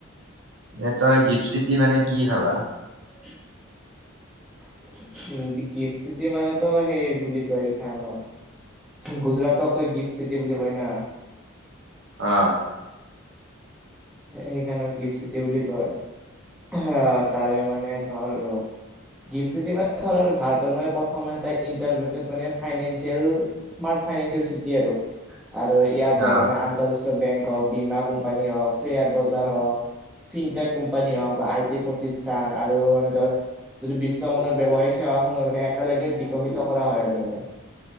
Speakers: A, on the right (about 55°); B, in the centre.
A: এ তই গিফচিটি মানে কি ভাবা?
B: <unintelligible> উ গিফ্ট চিটি মানে তো সেই বুলি কয় এই খানক- গুজৰাটক কয় গিফ্ট চিটি বুলি কয় না।
A: অ,
B: সেইকাৰণে গিফ্ট চিটি বুলি কয়। আহ তাৰে মানে- এ ধৰ আৰু গিফ্ট মানে ধৰ ভাৰতৰ মানে প্ৰথম ইটাৰ্ৰ, মানে ফাইনেচিয়েল স্মাৰ্ট ফাইনেচিয়েল চিটি আৰু, আৰু ইয়াত ধৰ
A: অ
B: মানে আন্ত- বেংক অফ, বিমা কম্পী অফ- শ্বেয়াৰ বজাৰ হওক ফিনটেক কোম্পানী হওক বা আই টি প্ৰতিষ্ঠান আৰু মানে ধৰ যিটো বিশ্ব মানৰ ব্যৱসায়িক সেৱাস সমূহে মানে একেলগে বিকশিত কৰা হয়। আৰু মানে,